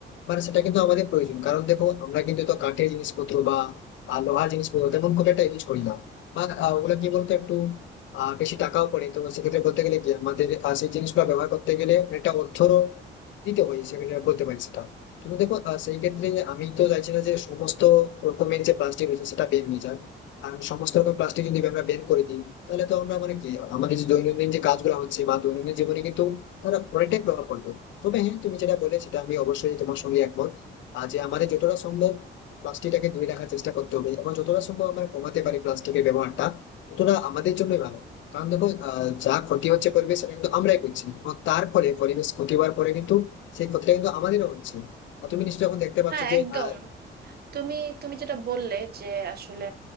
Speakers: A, on the left; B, on the right.
A: মানে সেটা কিন্তু আমাদের প্রয়োজন কারণ দেখো আমরা কিন্তু তো কাঠের জিনিসপত্র বা আহ, লোহার জিনিসপত্র তেমন খুব একটা ইউজ করি না বা আহ, ওগুলো কি বলতো একটু আহ, বেশি টাকাও পড়ে তো সেক্ষেত্রে বলতে গেলে কি আমাদের আহ, সেই জিনিসগুলো ব্যবহার করতে গেলে অনেকটা অর্থরও দিতে হয় সেক্ষেত্রে বলতে পারি সেটা কিন্তু দেখো আহ, সেই ক্ষেত্রে আমি তো চাইছি না যে সমস্ত রকমের যে প্লাস্টিক রয়েছে সেটা বের হয়ে যায় কারণ সমস্ত রকম প্লাস্টিক যদি আমরা বের করে দিই তাহলে তো আমরা মানে কি আমাদের যে দৈনন্দিন যে কাজগুলো হচ্ছে বা দৈনন্দিন জীবনে কিন্তু তারা অনেকটাই প্রভাব পড়বে তবে হ্যাঁ তুমি যেটা বলে সেটা আমি অবশ্যই তোমার সঙ্গে একমত আর যে আমাদের যতটা সম্ভব প্লাস্টিকটাকে দূরে রাখার চেষ্টা করতে হবে এবং যতটা সম্ভব আমরা কমাতে পারি প্লাস্টিকের ব্যবহারটা ততটা আমাদের জন্যই ভালো কারণ দেখো আহ, যা ক্ষতি হচ্ছে পরিবেশ সেটা কিন্তু আমরাই করছি এবং তার ফলে পরিবেশ ক্ষতি হওয়ার পরে কিন্তু সেই ক্ষতিটা কিন্তু আমাদেরও হচ্ছে আর তুমি নিশ্চয়ই এখন দেখতে পাচ্ছ
B: হ্যাঁ
A: যে
B: একদম
A: আহ,
B: তুমি তুমি যেটা বললে যে আসলে